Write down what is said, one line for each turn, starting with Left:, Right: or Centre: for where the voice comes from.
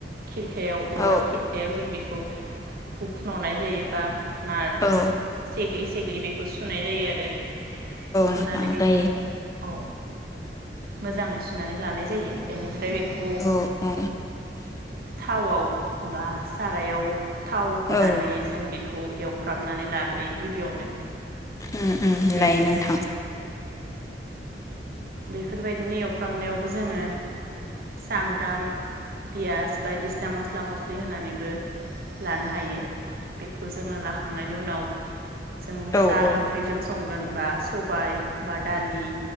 Right: खिरखायाव औवानि
Left: औ
Right: खिरखायाव जों बेखौ बुखुन'नाय जायो बा, नार
Left: औ
Right: सेग्लि थेग्लि बेखौ सुनाय जायो आरो सुनानै
Left: नोंथां
Right: बेखौ
Left: जायो
Right: औ मोजाङै सुनानै लानाय जायो बेनिफ्राय बे बेखौ
Left: औ औ
Right: थावाव बा सारायाव थाव होनानै
Left: औ
Right: जों बेखौ बेखौ एवफ्रामनानै लाग्रोयो गिबियावनो।
Left: उम उम
Right: बेनिफ्राय
Left: लायो नोंथां।
Right: बेफोरबायदिनो एवफ्रामनायावबो जोङो सामब्राम पियास बायदिसिना मस्ला मस्लि होनानैबो लानो हायो। बेखौ जोङो लाखांनायनि उनाव, जों
Left: औ औ
Right: जा ओंख्रिजों सं होनबा सबाय बा दालि